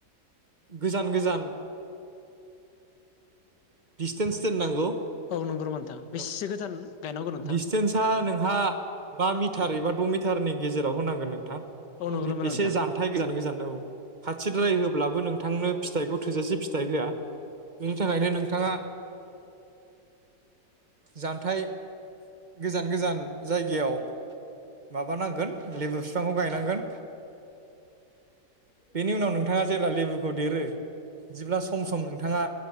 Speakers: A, on the right (about 30°); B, on the left (about 70°).
A: गोजान-गोजान दिसटेन्स दोननांगौ
B: औ नंगौ नामा नोंथां बेसेसो
A: औ
B: गोजान गायनांगौ नोंथां
A: दिसटेन्सा नोंहा बा मिटार एबा द मिटारनि गेजेराव होनांगोन। नोंथां
B: औ नंगौ नामा नोंथां?
A: एसे जानथाय गोजान-गोजान औ। खाथिद्राय होब्लाबो नोंथांनो फिथाइखौ थोजासे फिथाइ होआ। बेनि थाखायनो नोंथाङा जानथाय गोजान-गोजान जायगायाव माबानांगोन लेबु बिफांखौ गायनांगोन। बेनि उनाव नोंथाङा जेब्ला लेबुखौ देरो बिदिब्ला सम सम नों नोंथाङा